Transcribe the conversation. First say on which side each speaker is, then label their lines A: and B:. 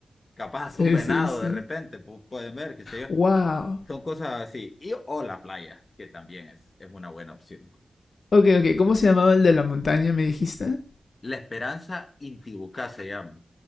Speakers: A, on the left; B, on the left.
A: capaz
B: Sí,
A: hasta un venado
B: sí, sí.
A: de repente, pu- pueden ver, qué sé yo.
B: Wow.
A: Son cosas así. Y o la playa, que también es, es una buena opción.
B: Ok, ok. ¿Cómo se llamaba el de la montaña, me dijiste?
A: La Esperanza Intibucá se llama.